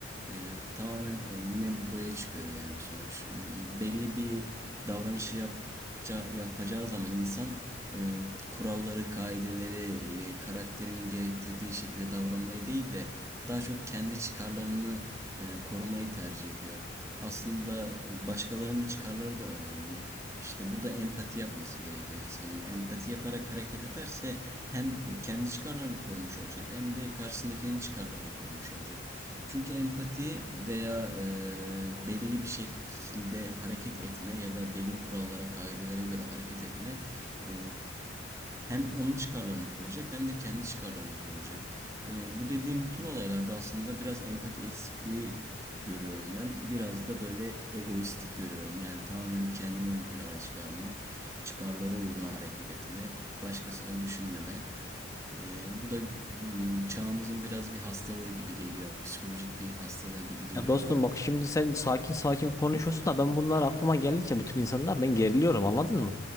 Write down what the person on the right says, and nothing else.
E, tamamen e, yine buraya çıkıyor yani sonuç. Belli bir davranışı yapca, yapacağı zaman insan e, kuralları, kaideleri, e, karakterinin gerektirdiği şekilde davranmayı değil de daha çok kendi çıkarlarını e, korumayı tercih ediyor aslında e, başkalarının çıkarları da önemli. İşte burada empati yapması gerekiyor insanın. Empati yaparak hareket ederse hem kendi çıkarlarını korumuş olacak hem de karşısındakinin çıkarlarını korumuş olacak. Çünkü empati veya e, belli bir şekilde hareket etme ya da belli kurallara, kaidelere göre hareket etme e, hem onun çıkarlarını koruyacak hem de kendi çıkarlarını koruyacak. Ee, bu dediğim bütün olaylarda aslında biraz empati eksikliği görüyorum ben. Biraz da böyle egoistik görüyorum. Yani tamamen kendini ön plana çıkarma, çıkarları uğruna hareket etme, başkasını düşünmeme. Ee, bu da e, çağımızın biraz bir hastalığı gibi geliyor. Psikolojik bir hastalığı gibi geliyor
bana.